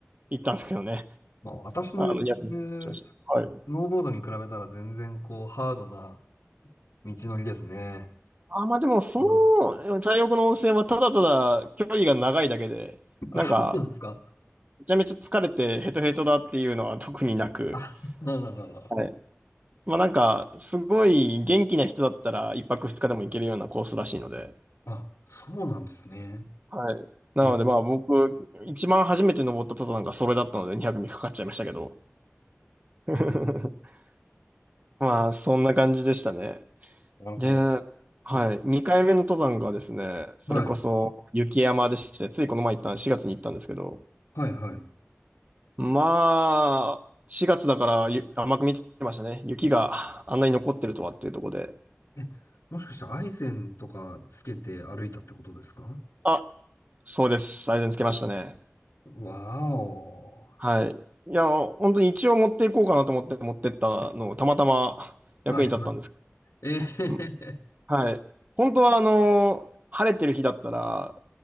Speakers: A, on the right; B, on the left.
A: 行ったんですけどね。
B: まあ私のやってるス
A: あの、2泊3日しました。はい。
B: ノーボードに比べたら全然こうハードな道のりですね。
A: あ、まあでも、そ
B: うん
A: の、太浴の温泉はただただ距離が長いだけで、
B: <laughs> あ、
A: なんか、
B: そうなんですか
A: めちゃめちゃ疲れてヘトヘトだっていうのは特になく、
B: <laughs> あ、なるほど、なるほど。
A: はいまあなんか、すごい元気な人だったら一泊二日でも行けるようなコースらしいので。
B: あ、そうなんですね。
A: はい。なのでまあ僕、
B: えー
A: 一番初めて登った登山がそれだったので2泊ミクかかっちゃいましたけど。<laughs> まあそんな感じでしたね。
B: <laughs> なるほ
A: で、はい。
B: ど。<laughs>
A: 2回目の登山がですね、それこそ雪山でして、
B: はい、
A: ついこの前行った4月に行ったんですけど、
B: はい、はい。
A: まあ、4月だからゆ甘く見てましたね。雪があんなに残ってるとはっていうところで。
B: え、もしかしてアイゼンとかつけて歩いたってことですか
A: あ、そうです。最善つけましたね。
B: わーお。
A: はい。いや、本当に一応持っていこうかなと思って持ってったのをたまたま役に立ったんですけど。
B: はい、はい。ええ
A: うんはい。本当は、あの、晴れてる日だったら、